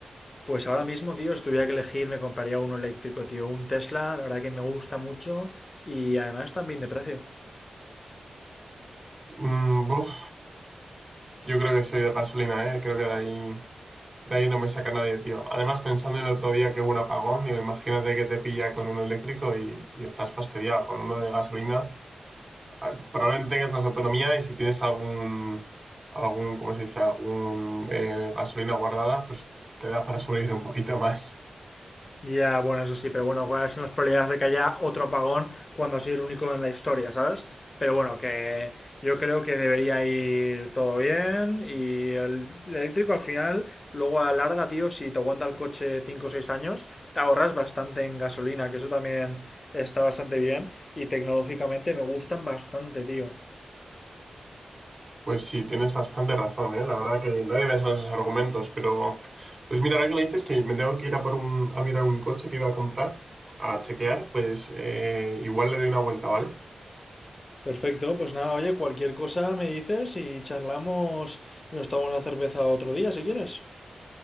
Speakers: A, on the left; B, on the right.
A: Pues ahora mismo, tío, si tuviera que elegir, me compraría uno eléctrico, tío. Un Tesla, la verdad que me gusta mucho y además también de precio.
B: Mm, buf, yo creo que soy de gasolina, ¿eh? Creo que de ahí, de ahí no me saca nadie, tío. Además, pensando en el otro día que hubo un apagón, digo, imagínate que te pilla con uno eléctrico y, y estás fastidiado con uno de gasolina. ah, Probablemente tengas más autonomía y si tienes algún, algún, ¿cómo se dice? Algún eh, gasolina guardada, pues te da para sobrevivir un poquito más.
A: Ya, bueno, eso sí, pero bueno, ¿cuáles son las probabilidades de que haya otro apagón cuando soy el único en la historia, ¿sabes? Pero bueno, que yo creo que debería ir todo bien y el, el eléctrico al final, luego a la larga, tío, si te aguanta el coche 5 o 6 años, te ahorras bastante en gasolina, que eso también está bastante bien y tecnológicamente me gustan bastante, tío.
B: Pues sí, tienes bastante razón, ¿eh? La verdad que no había pensado en esos argumentos, pero pues mira, ahora que lo dices que me tengo que ir a por un, a mirar un coche que iba a comprar, a chequear, pues eh, igual le doy una vuelta, ¿vale?
A: Perfecto, pues nada, oye, cualquier cosa me dices y charlamos y nos tomamos una cerveza otro día si quieres.